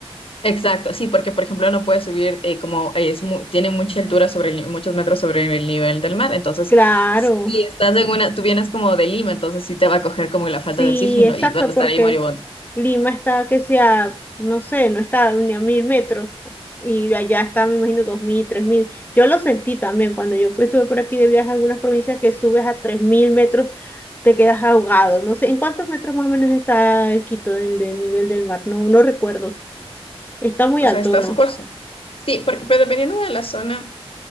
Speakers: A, on the left; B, on the left.
A: Exacto, sí, porque por ejemplo no puede subir eh, como es mu- tiene mucha altura sobre el, ni- muchos metros sobre el nivel del mar, entonces
B: Claro.
A: si estás en una, tú vienes como de Lima, entonces sí te va a coger como
B: Sí,
A: la falta de oxígeno
B: exacto,
A: y vas a estar
B: porque
A: ahí moribundo.
B: Lima está que sea, no sé, no está ni a mil metros y allá está, me imagino, dos mil, tres mil. Yo lo sentí también cuando yo estuve por aquí de viaje a algunas provincias que subes a tres mil metros, te quedas ahogado. No sé, ¿en cuántos metros más o menos está Quito del, del nivel del mar? No, no recuerdo. Está muy
A: O
B: alto,
A: sea, está
B: ¿no?
A: súper, sí, porque, pero dependiendo de la zona,